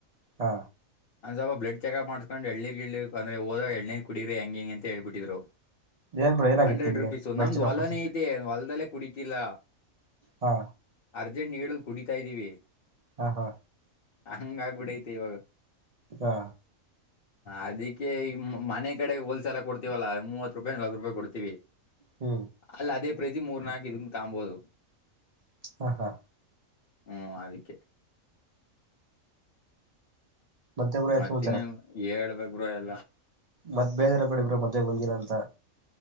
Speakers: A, on the right; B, on the left.
A: ಹಾ
B: ಅಂದ್ವಲ್ಪ ಬ್ಡ್ ಚಕಪ್ ಮಾಡ್ಕೊಂಡ ಎಳ್ಳಿರ್ರ್ ಅ್ರ ಹದ ಎಳ್ಳನರ್ ಕುಡಿರರಿ ಹೆಂಗಗೆ ಹೆಂ ಅಂತ ಹ ಹೇಳಳ್ಬಿಟ್ಟಿದರು
A: ಏನ್ ಬ್ರೋ ಏನಾಗಿತ್ತು
B: ಹಂಡ್ರೆಡ್
A: ನಿಮ್ಗೆ
B: ರುಪೀಸು
A: ಬ್ಲಡ್
B: ನಮ್ದು
A: ಚೆಕಪ್
B: ಹೊಲನ
A: ಮಾಡ್ಸ
B: ಐತೆ ಹೊಲದಲ್ಲೇ ಕುಡತಿಲ್ಲ
A: ಹಾ
B: ಅರ್ಜೆಂಟ್ ಹೇಳಲ್ ಕುಡಿತಾ ಇದ್ದೀವಿ
A: ಹಾ ಹಾ
B: ಹಂಗಾಗಬಡಿ ಇವಾಗ
A: ಹಾ
B: ಅದಕ್ಕೆ ಈ ಮನೆ ಕಡೆಗೆ ಹೋಲ್ಸೆಲ್ಲ ಕೊಡ್ತಿವಲ್ಲ ಮೂವತ್ ರೂಪಾಯಿ ನಲ್ವತ್ತು ರೂಪಾಯಿ ಕೊಡ್ತೀವಿ
A: ಹ್ಮ
B: ಅಲ್ಲ ಅದೇ ಪ್ರತಿ ಮೂರ್ ನಾಕಕ್ ಇದಂಗ ತಗಂಬಹದು
A: ಹಾ ಹಾ
B: ಹ್ಮ್ ಅದಕ್ಕೆ
A: ಮತ್ತೆ ಬ್ರೋ ಏನ್
B: ಮತ್ತನ್ನ್
A: ಸಮಾಚಾರ
B: ಹೇಳ್ಬೇಕ್ರ ಎಲ್ಲಾ
A: ಮತ್ತ್ ಬೇಜಾರ ಕಡೆ ಬಿ್ರ ಮದ್ೆ ಒಂದಿನ ಅಂತ